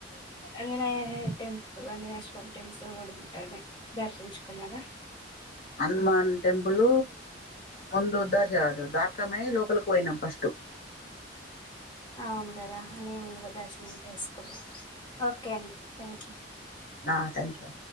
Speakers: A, on the left; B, on the left.
A: అనే టెంపుల్ అనేవ కంటెమ్స్ కూడా ఉంటాడు దర్శించుకున్నాడా
B: హనుమాన్ టెంపుల్ ముందు దదు దార్కామయ లోపలికి పోయినాం ఫస్ట్
A: అవును కదా నే మురు దర్శనం చేసుకున్నా ఓకే అండి థ్యాంక్ యూ
B: ఆ థ్యాంక్ యూ